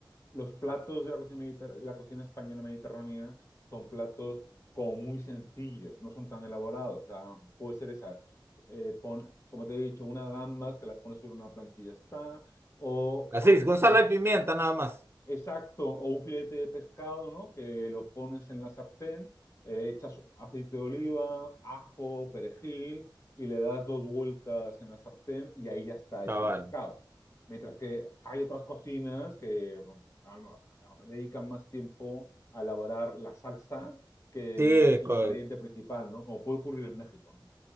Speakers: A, on the left; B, on the right.
A: los platos de la cocina, mediter- la cocina española mediterránea son platos como muy sencillos, no son tan elaborados. O sea, puede ser esa, eh, pon- como te he dicho, una gambas que las pones sobre una planchilla está, o
B: Así
A: haz
B: es, con
A: un
B: sal y pimienta nada más.
A: Exacto, o un filete de pescado, ¿no? Que lo pones en la sartén, eh, echas aceite de oliva, ajo, perejil y le das dos vueltas en la sartén y ahí ya está hecho
B: Cabal.
A: el pescado. Mientras que hay otras cocinas que bueno, a lo- a lo- dedican más tiempo a elaborar la salsa que el,
B: Sí,
A: el
B: co-
A: ingrediente principal, ¿no? Como puede ocurrir en México, ¿no?